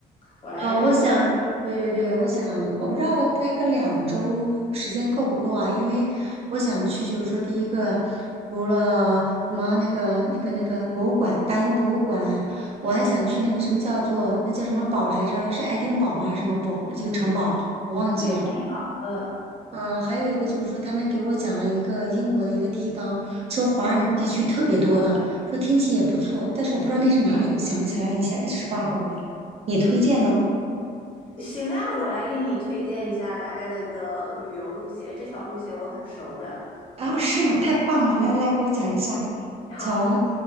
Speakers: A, on the left (about 35°); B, on the right (about 40°).
A: 我来大概
B: 呃，我想，对对对，
A: 对
B: 我想，我不知道我待个两周时间够不够啊？因为我想去，就是说，第一个，除了什么那个那个那个博物馆，大英博物馆，我还想去那个什么叫做那叫什么堡来着？
A: 嗯，
B: 是爱丁堡吗？还是什么堡？一个城堡，我忘记了。
A: 对，嗯。
B: 嗯、还有一个就是说，他们给我讲了一个英国的一个地方，说华人地区特别多的，说天气也不错，但是我不知道那是哪里，想不起来了一下，一时半会儿的。你推荐呢？
A: 行啊，我来给你推荐一下大概的一个旅游路线，这条路线我很熟的。
B: 哦，是吗？太棒了！来来，给我讲一下。
A: 好，
B: 从，